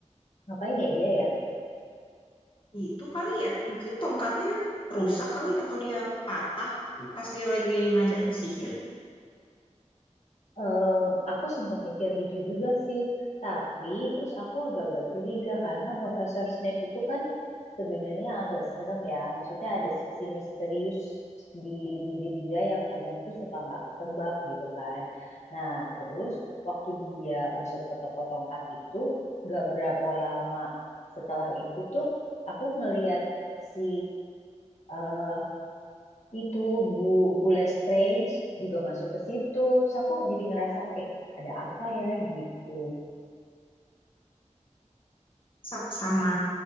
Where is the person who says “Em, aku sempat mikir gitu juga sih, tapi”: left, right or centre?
Left